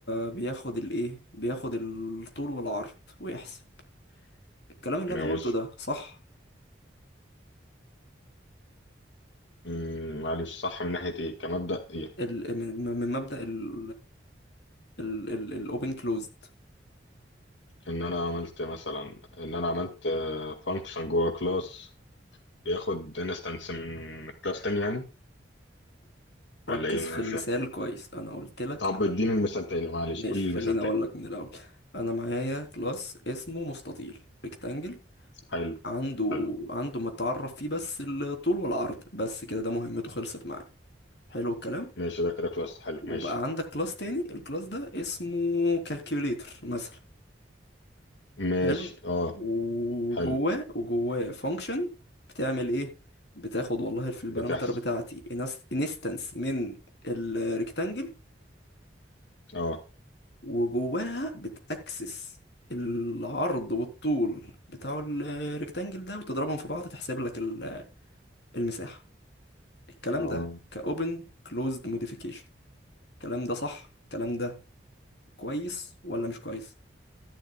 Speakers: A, on the left (about 65°); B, on the left (about 80°).
A: بياخد الايه بياخد الطول والعرض ويحسب الكلام اللي انا
B: ماشي
A: قلته ده صح
B: مم، معلش صح من ناحية ايه كمبدأ ايه
A: ال... من... من مبدأ ال الاوبن كلوزد
B: ان انا عملت مثلا ان انا عملت فانكشن جوه كلاس بياخد انستنس من كلاس تاني يعني
A: بركز
B: ولا ايه
A: في
B: مش
A: المثال
B: فاهم.
A: كويس انا قلت لك
B: طب اديني المثال تاني معلش
A: ماشي
B: قول لي
A: خليني
B: المثال تاني
A: اقول لك من الاول انا معايا كلاس اسمه مستطيل ريكتانجل
B: حلو
A: عنده
B: حلو
A: عنده متعرف فيه بس الطول والعرض بس كده ده مهمته خلصت معايا حلو الكلام
B: ماشي ده كده كلاس حلو
A: وبقى
B: ماشي
A: عندك كلاس تاني الكلاس ده اسمه كالكوليتر مثلا
B: ماشي
A: حلو
B: اه
A: وجواه
B: حلو
A: وجواه فانكشن بتعمل ايه بتاخد والله في البارامتر
B: بتحصل
A: بتاعتي انستنس من الريكتانجل
B: اه
A: وجواها بتأكسس العرض والطول بتاع الريكتانجل ده وتضربهم في بعض تحسب لك ال- المساحة الكلام
B: اه
A: ده كأوبن كلوزد موديفيكيشن الكلام ده صح الكلام ده كويس ولا مش كويس